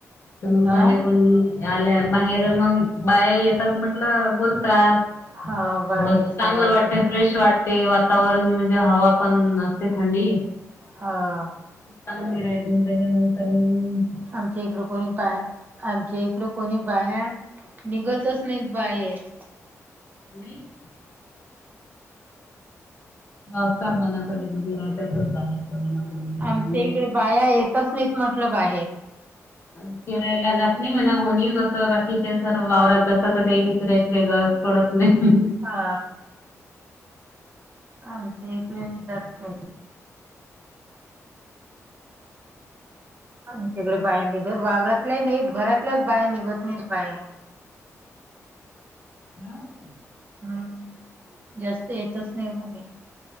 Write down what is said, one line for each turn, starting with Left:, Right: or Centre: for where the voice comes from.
Left: तर मग
Right: अ
Left: बाहेर कोण. आल्या बाहेर मग बाहे येतात म्हटलं बोलतात.
Right: हा बाहेर
Left: थोडस
Right: सगळ्याजण
Left: चांगलं वाटत फ्रेश वाटत. ते वातावरण म्हणजे हवा पण असते थंडी
Right: हा
Left: चांगली राहते. आता जेवण करुन घेऊ.
Right: आमच्या इकड कोणी बा आमच्या इकड कोणी. बाहे्या निघतच नाहीत बाहेर.
Left: नाही. असतात म्हणा कधी कधी राहातच बाहेर. कोणी ना कोणी
Right: आमच्या
Left: आम्ही
Right: इकडे बाया येतच नाहीत म्हटलं बाहेर.
Left: फिरायला जात नाही म्हणा होणी कसं बाकीच्या सर्व वाववरात जात तर तेले फिरायचं वेगळ पडत. नाही.
Right: हा. आमच्या एक जात को. आमच्याकडे बाया निघत वावर. नाही घरातलंच बाया निघत नाहीच बाहे.
Left: ह का.
Right: हम् जास्त येतच नाही भग.